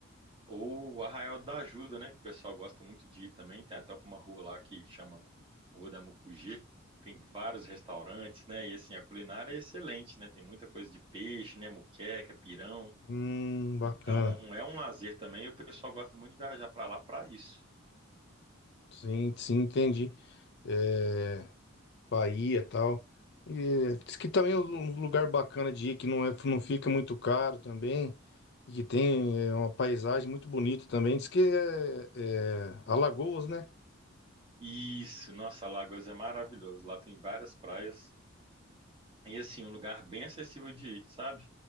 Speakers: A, on the right; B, on the left.
A: ou Arraial da Ajuda, né? Que o pessoal gosta muito de ir também. Tem até uma rua lá que chama Rua da Mucugê. Tem vários restaurantes, né? E assim, a culinária é excelente, né? Tem muita coisa de peixe, né? Muqueca, pirão.
B: Hum, bacana.
A: Então, é um lazer também. E o pessoal gosta muito de viajar para lá para isso.
B: Sim, sim, entendi. É, Bahia e tal. E diz que também é um lugar bacana de ir, que não é, não fica muito caro também, e que tem é, uma paisagem muito bonita também. Diz que é, é Alagoas, né?
A: Isso, nossa, Alagoas é maravilhoso. Lá tem várias praias. E assim, um lugar bem acessível de ir, sabe?